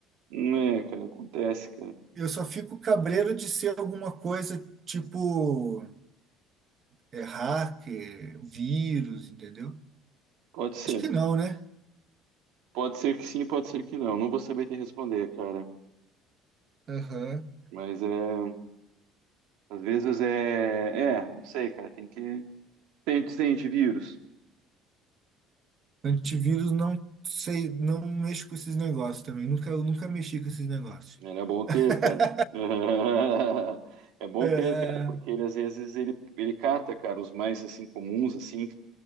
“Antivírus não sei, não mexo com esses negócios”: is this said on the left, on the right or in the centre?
Right